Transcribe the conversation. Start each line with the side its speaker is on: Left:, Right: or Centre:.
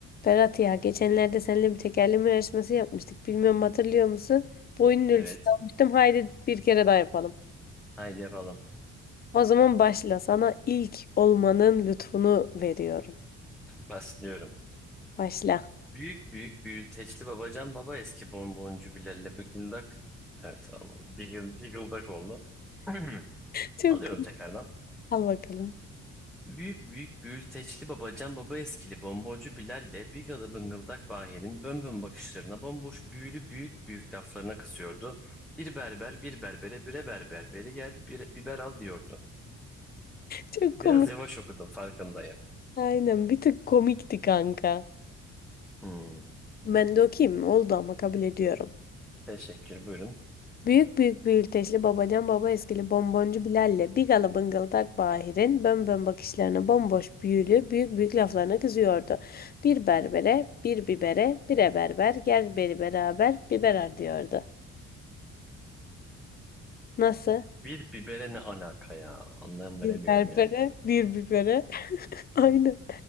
Left: Berat ya geçenlerde seninle bir tekerleme yarışması yapmıştık. Bilmiyorum hatırlıyor musun? Boyunun ölçüsünü
Centre: Evet.
Left: almıştım. Haydi bir kere daha yapalım.
Centre: Haydi yapalım.
Left: O zaman başla. Sana ilk olmanın lütfunu veriyorum.
Centre: Başlıyorum.
Left: Başla.
Centre: Büyük büyük büyülteçli babacan baba eski bonboncu Bilal'le bıgıldak. Evet olmadı. Bigıl, bigıldak oldu. <clears throat>
Left: <laughs> Çok
Centre: Alıyorum
Left: komik.
Centre: tekrardan.
Left: Al bakalım.
Centre: Büyük büyük büyülteçli babacan baba eskili bonboncu Bilal'le bigalı bıngıldak Bahir'in bönbön bakışlarına bomboş büyülü büyük büyük laflarına kızıyordu. Bir berber bir berbere bire berber beri gel bir biber al diyordu.
Left: Çok komik.
Centre: Biraz yavaş okudum farkındayım.
Left: Aynen bir tık komikti kanka.
Centre: Hmm.
Left: Ben de okuyayım mı? Oldu ama kabul ediyorum.
Centre: Teşekkür buyurun.
Left: Büyük büyük büyülteçli babacan baba eskili bonboncu Bilal'le bigala bıngal tak Bahir'in bönbön bakışlarına bomboş büyülü büyük büyük laflarına kızıyordu. Bir berbere, bir bibere, bire berber, gel beri beraber biberer diyordu. Nasıl?
Centre: Bir bibere ne alaka ya? Anlam veremiyorum
Left: Bir berbere,
Centre: yani.
Left: bir bibere. <laughs> Aynen.